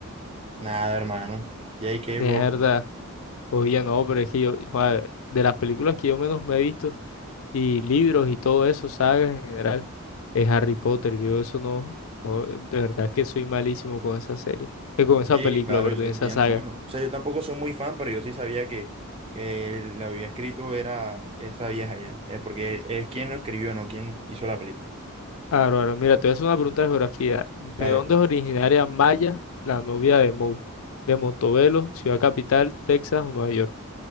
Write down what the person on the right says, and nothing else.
Nada, hermano. J.K.
Rowling.
Sí,
claro,
yo te
entiendo,
hermano. O sea, yo tampoco soy muy fan, pero yo sí sabía que, que la había escrito era esa vieja ya. Es porque es quien lo escribió, no quien hizo la película.
Dale,
pues.